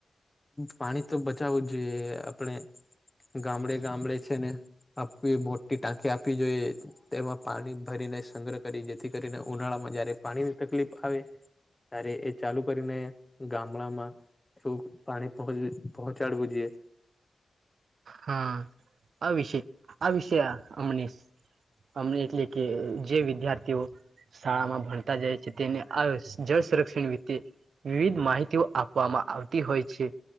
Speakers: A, on the left; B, on the right.
A: પાણી તો બચાવવું જ જોઈએ આપણે, ગામડે-ગામડે છે ને આપવી મોટી ટાંકી આપવી જોઈએ. તેમાં પાણી ભરીને સંગ્રહ કરી, જેથી કરીને ઉનાળામાં જયારે પાણી ની તકલીફ આવે ત્યારે એ ચાલુ કરીને ગામડામાં એવું પાણી પહો પહોંચાડવું જોઈએ.
B: હા, આ વિષય આ વિષયા અમનીશ અમને એટલે કે જે વિદ્યાર્થીઓ શાળામાં ભણતા જાય જે તેને આ સ જળ સંરક્ષણ રીતે વિવિધ માહિતીઓ આપવામાં આવતી હોય છે.